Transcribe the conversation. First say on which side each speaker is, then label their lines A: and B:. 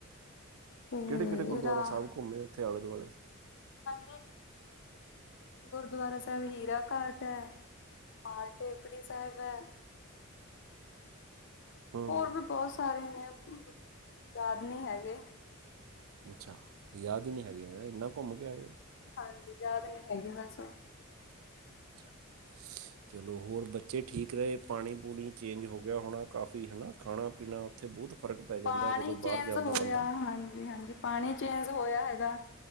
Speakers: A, on the left (about 60°); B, on the right (about 75°).
A: ਤੇ
B: ਕਿਹੜੇ ਕਿਹੜੇ ਗੁਰਦੁਆਰਾ
A: ਰਾਹ
B: ਸਾਹਿਬ ਘੁੰਮੇ ਉੱਥੇ ਆਲ਼ੇ ਦੁਆਲੇ
A: ਹਾਂਜੀ ਗੁਰਦੁਆਰਾ ਸਾਹਿਬ ਹੀਰਾ ਘਾਟ ਹੈ, ਮਾਲ ਟੇਕੜੀ ਸਾਹਿਬ ਹੈ।
B: ਹੂੰ
A: ਹੋਰ ਵੀ ਬਹੁਤ ਸਾਰੇ ਨੇ ਯਾਦ ਨਹੀਂ ਹੈਗੇ‌।
B: ਅੱਛਾ ਯਾਦ ਨਹੀਂ ਹੈਗੇ, ਹੈਂ ਇੰਨਾ ਘੁੰਮ ਕੇ ਆਏ ਓ।
A: ਹਾਂਜੀ, ਯਾਦ ਨੀ ਹੈਗੀ ਹਸੋ।
B: ਅਛਾ ਚਲੋ ਹੋਰ ਬੱਚੇ ਠੀਕ ਰਹੇ, ਪਾਣੀ ਪੂਣੀ ਚੇਂਜ ਹੋ ਗਿਆ ਹੋਣਾ ਕਾਫੀ ਹੈਨਾ ਖਾਣਾ ਪੀਣਾ, ਉੱਥੇ ਬਹੁਤ ਫ਼ਰਕ ਪੈ ਜਾਂਦਾ
A: ਪਾਣੀ
B: ਜਦੋਂ ਬਾਹਰ
A: ਚੇਂਜ
B: ਜਾਂਦਾ
A: ਹੋਇਆ
B: ਬੰਦਾ।
A: ਹਾਂਜੀ, ਹਾਂਜੀ ਪਾਣੀ ਚੇਂਜ ਹੋਇਆ ਹੈਗਾ।